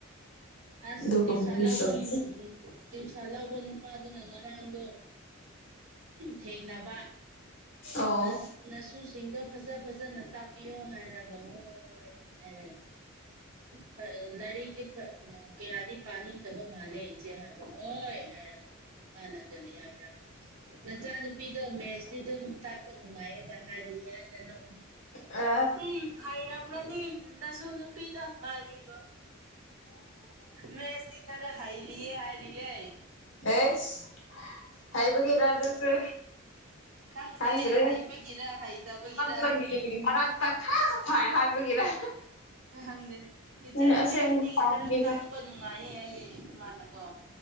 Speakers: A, on the right (about 85°); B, on the left (about 60°).
A: ꯑꯁ
B: ꯑꯗꯨꯒꯨꯝꯕꯗꯤ
A: ꯇ꯭ꯌꯨꯁꯜ ꯂꯧꯕ
B: ꯂꯣꯏ
A: ꯇ꯭ꯌꯨꯁꯜ ꯂꯧꯕ ꯅꯨꯄꯥꯗꯨꯅ ꯉꯔꯥꯡꯗꯣ ꯊꯦꯡꯅꯕ
B: ꯑꯣ
A: ꯅ ꯅꯁꯨꯁ ꯁꯤꯡꯗꯣ ꯐꯖ ꯐꯖꯅ ꯇꯥꯛꯄꯤꯌꯣ ꯍꯥꯏꯔꯒ ꯍꯣꯏ ꯍꯣꯏ ꯍꯥꯏꯈꯔꯦ ꯐ ꯂꯥꯢꯔꯤꯛꯇꯤ ꯐ ꯎ ꯀꯌꯥꯗꯤ ꯄꯥꯅꯤꯡꯗꯕ ꯃꯥꯜꯂꯦ ꯏꯆꯦ ꯍꯥꯏꯕ ꯍꯣꯏ ꯍꯥꯏꯔꯒ ꯃꯥꯅꯒꯅꯤ ꯍꯥꯏꯕ꯭ꯔ ꯅꯆꯥꯅꯨꯄꯤꯗꯣ ꯃꯦꯁꯇꯤ ꯑꯗꯨꯝ ꯇꯥꯛꯄ ꯅꯨꯡꯉꯥꯏꯌꯦꯗ ꯍꯥꯏꯔꯤꯑꯌꯦ ꯑꯩꯅ ꯅ
B: ꯑ
A: ꯎꯝ ꯍꯥꯏꯔ ꯑꯃꯗꯤ ꯅꯁꯨ ꯅꯨꯄꯤꯗꯣ ꯍꯥꯏꯃꯤꯕ ꯃꯦꯁꯇꯤ ꯈꯔ ꯍꯩꯔꯤꯌꯦ ꯍꯥꯏꯔꯤꯌꯦ
B: ꯑꯦꯁ ꯍꯩꯕꯒꯤꯔꯥ ꯑꯗꯨꯁꯨ
A: ꯈꯪꯗꯦ
B: ꯈꯪꯗ꯭ꯔꯦ
A: ꯍꯩꯕꯒꯤꯔ ꯍꯩꯇꯕꯒꯤꯔ
B: <unintelligible> ꯃꯔꯒ ꯇ ꯀ ꯐ ꯍꯥꯏ ꯒꯔ
A: ꯈꯪꯗꯦ ꯏꯆꯦ
B: ꯎ
A: ꯃꯦꯠꯁꯇꯤ
B: ꯁꯥꯒꯦꯔ
A: ꯈꯔ ꯇꯥꯛꯄ ꯅꯨꯡꯉꯥꯏꯌꯦ ꯍꯥꯏꯌꯦ ꯃꯥꯅꯀꯣ